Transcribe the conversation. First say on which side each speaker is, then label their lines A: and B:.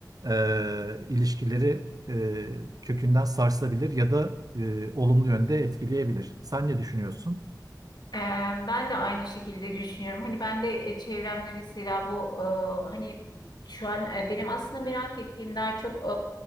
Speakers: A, on the right; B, on the left.
A: e, ilişkileri e, kökünden sarsabilir ya da e, olumlu yönde etkileyebilir. Sen ne düşünüyorsun?
B: Ee, Ben de aynı şekilde düşünüyorum. Hani ben de e, çevremde mesela bu e, hani şu an e, benim aslında merak ettiğim daha çok